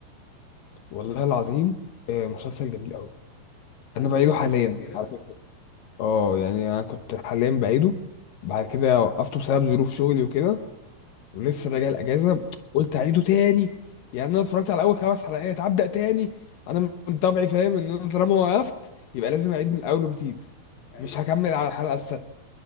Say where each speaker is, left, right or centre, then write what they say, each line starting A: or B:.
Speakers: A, on the left (about 75°); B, on the left (about 50°).
A: والله العظيم آه، مسلسل جميل قوي
B: حتى
A: انا بعيده
B: المواسم
A: حاليا
B: الاخيره
A: على فكره اه يعني انا كنت حاليا بعيده بعد كده وقفته بسبب ظروف شغلي وكده ولسه
B: اه
A: راجع الاجازه قلت اعيده تاني يعني انا اتفرجت على اول خمس حلقات هبدا تاني انا من طبعي فاهم ان انا طالما وقفت يبقى لازم اعيد من اول وجديد
B: ايوه
A: مش هكمل
B: ايوه
A: على الحلقه السادسه